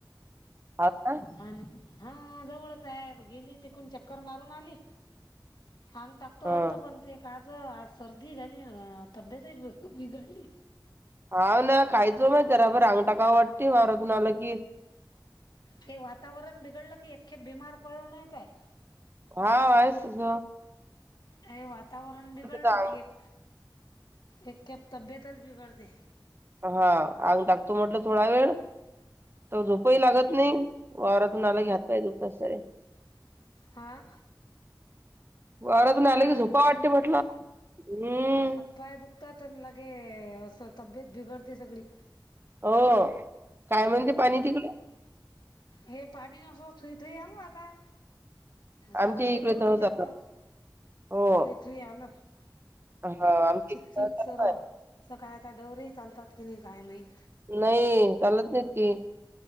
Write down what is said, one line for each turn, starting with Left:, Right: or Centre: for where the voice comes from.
Right: हा का
Left: हान हा जवळच आहे गेली तिकून चक्कर मारून आली. आंगताक तो
Right: हा.
Left: होतल पण ते काच आज सर्दी झाली तब्येतही बिघडली
Right: हा ना कायच माय जराबर अंगटाका वाटते वावरातून आल की
Left: हे वातावरण बिघडलं की एकखेप बीमार पडणेच आहे.
Right: हा आहेसस
Left: अ वातावरण बिघडलं
Right: तर अंग
Left: की एक एक कप तब्येतच बिघडते
Right: हा अंग टाकतो म्हटलं थोडा वेळ त झोपही लागत नाही वावरातून आला घ्या पाय दुख सरे
Left: हां
Right: वावारातून
Left: हो ना
Right: आलं
Left: हातपाय
Right: की झोपा वाटते म्हटलं हम्म
Left: पाय दुखतात लगे असं तब्येत बिघडते सगळी.
Right: हो काय म्हणते पाणी तिकडे?
Left: हे पाणी असं थुई थुई आल आता जर
Right: आमच्या
Left: हे
Right: इकडे
Left: करून
Right: तह
Left: ठेवलं.
Right: चालू आहे. हो.
Left: थुई थुई आलं
Right: हा आमच्या
Left: चिक
Right: इकडे
Left: चिक
Right: तह चालू
Left: सर
Right: आहे.
Left: स काय आता डवरेही चालतात की नई काय माहीत?
Right: नाही चालत नाहीत की.